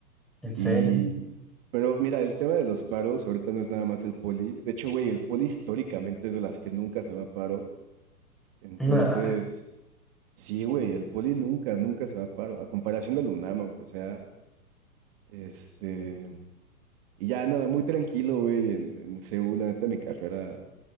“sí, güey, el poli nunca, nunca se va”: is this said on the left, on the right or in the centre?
Right